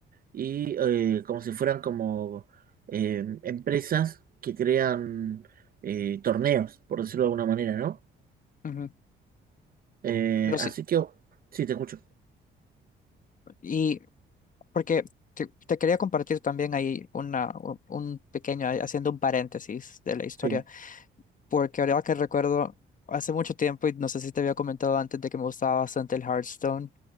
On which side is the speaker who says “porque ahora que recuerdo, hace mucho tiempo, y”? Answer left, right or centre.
Left